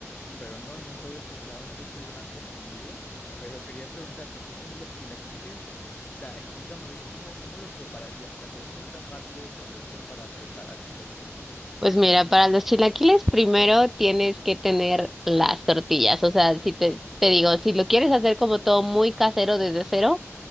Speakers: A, on the left (about 30°); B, in the centre.
A: pero no, nunca había escuchado un queso blanco fundido. Pero quería preguntarte, entonces los chilaquiles, o sea, explícame bien cómo, cómo lo prepararías, o sea, cómo es esa parte del proceso para preparar chilaquiles.
B: Pues mira, para los chilaquiles primero tienes que tener las tortillas, o sea, si te, te digo, si lo quieres hacer como todo muy casero desde cero,